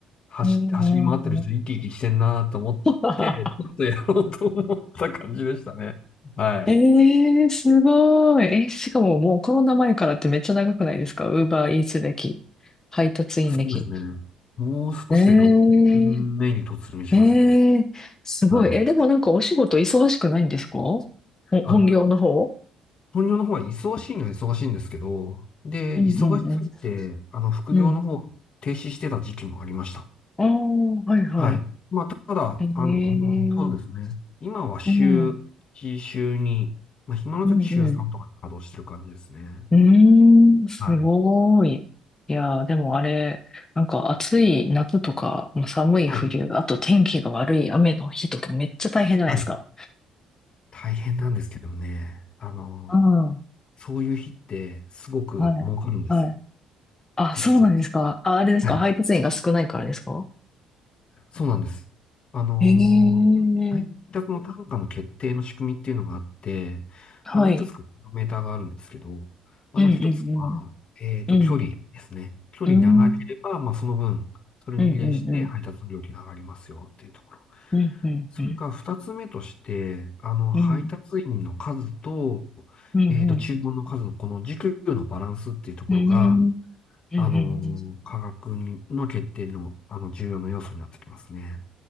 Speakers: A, on the left (about 50°); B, on the left (about 25°).
A: 走、
B: えー、
A: 走り回ってる人、生き生きしてんなと思って、
B: <laughs>
A: ちょっとやろうと思った感じでしたね。はい。
B: えーすごい。え、しかももうコロナ前からってめっちゃ長くないですかウーバーイーツ歴、配達員歴。
A: そうですね。もう少しで6分目に突入しますね。
B: えーええすごい。
A: はい。
B: え、でもなんかお仕事忙しくないんですかほ
A: あ、
B: 本業の方
A: 本業の方は忙しいには忙しいんですけど、で、
B: うんうんうん。
A: 忙しすぎて、あの、副業の方を停止してた時期もありました。
B: うん。ああー、はいはい。
A: はい。ただ、
B: ええうん。
A: あの、うんそうですね。今は週1、
B: うん
A: 週2、まあ、暇の時週3とかで稼働してる感じですね。
B: うんうーん、すごい。
A: はい。
B: いやー、でもあれ、なんか暑い夏とか、もう寒い冬、
A: はい。
B: あと天気が悪い雨の日とかめっちゃ大変じゃないですか。
A: はい。大変なんですけどね。あの、
B: うんは
A: そういう日ってすごく儲かるんです。
B: い。はい。あ、
A: 実は。
B: そうなんですか。あ、あれですか。
A: はい
B: 配達員が少ないからですか
A: そうなんです。あのー配達の単価の決定の仕組みっていうのがあって、
B: ええはい。
A: あの、いくつかメーターがあるんですけど、あの、
B: うんうん
A: 一つは、えっと、
B: うん。うん。
A: 距離ですね。距離長ければ、
B: うん
A: まあ、その分、それに比例して配達の料金が上がりますよっていうところ。
B: うんうん。うんうんうん。
A: それから二つ目として、あの、
B: うん。
A: 配達員の数と、
B: うんうん。
A: えっと、注文の数のこの時給のバランスっていうところが、
B: うん。うんうん
A: あのー価格にの決定の、あの、重要な要素になってきますね。